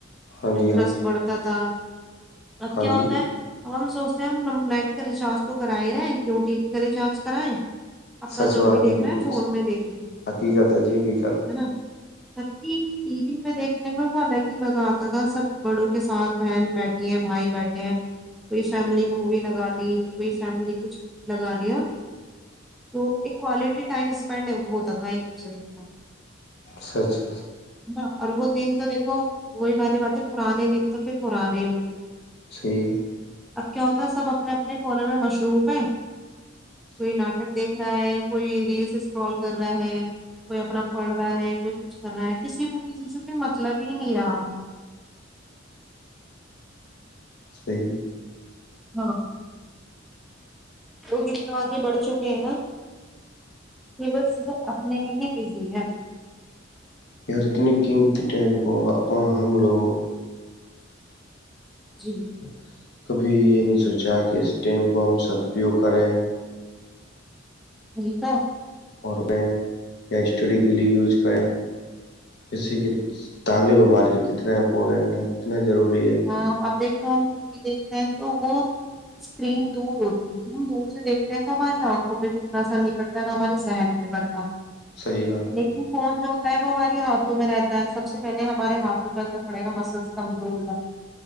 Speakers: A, on the left; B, in the centre.
A: ہاں
B: انٹرسٹ
A: جی ہاں
B: بڑھتا تھا اب
A: ہاں
B: کیا
A: جی
B: ہوتا ہے اب ہم سوچتے ہیں کمپلیٹ کا نشاست تو کرا ہی رہا ہے کیو ٹی وی کریں چارج کرائیں اپنا
A: سچ
B: جو
A: بات
B: بھی دیکھ رہا
A: بالکل
B: ہے فون میں دیکھ لیں ہے
A: حقیقت جی حقیقت
B: نا ٹی وی پہ دیکھنے میں وہ الگ ہی مزہ آتا تھا سب بڑوں کے ساتھ بہن بیٹھی ہیں بھائی بیٹھے ہیں کوئی فیملی مووی لگا لی کوئی فیملی کچھ لگا لیا تو ایک کوالٹی ٹائم سپینڈ ہے وہ ہوتا تھا ایک دوسرے کے ساتھ
A: سچا
B: ہے نا اور وہ دن تو دیکھو وہی بات نہیں بات ہے پرانے دن تو پھر پرانے ہی ہوتے ہیں
A: چھوے
B: اب کیا ہوتا ہے سب اپنے اپنے کونے میں مصروف ہے کوئی ناٹک دیکھ رہا ہے کوئی ریلس اسکرال کر رہا ہے کوئی اپنا پڑھ رہا ہے کوئی کچھ کر رہا ہے کسی کو کسی سے کوئی مطلب ہی نہیں رہا
A: صیح ہے
B: ہاں وہ بھیتنا آگے بڑھ چکے ہیں نا کھیلت ص وہ اپنے میں ہی بزی ہے
A: ردنی قیمتی ٹائم کو اپ حملو
B: جی
A: ہاں کبھی یہ نہیں سوچا کہ اسٹیم کو ہم سدپیوگ کریں ہیں
B: ٹھیک ہے
A: اور یا اسٹڈی کے لیے یوز کریں جیس سے کہ طعالب ہمارے لیے کتنا امپورٹنٹ ہے کتنا ضروری ہے
B: ہاں اب دیکھو تو ہم ٹی وی دیکھتے ہیں تو وہ اسکرین دور ہوتی ہے تو ہم دور سے دیکھتے ہیں تو ہماری آنکھوں پہ بھی اتنا اثر نہیں پڑتا نہ ہمارے ذہن پہ پڑتا
A: صحیح بات
B: لیکن
A: ہے
B: فون جو ہے وہ ہماری ہاتھ میں رہتا ہے سب سے پہلے ہمارے ہاتھوں پہ اثر پڑے گا مسلس کمزور ہوگا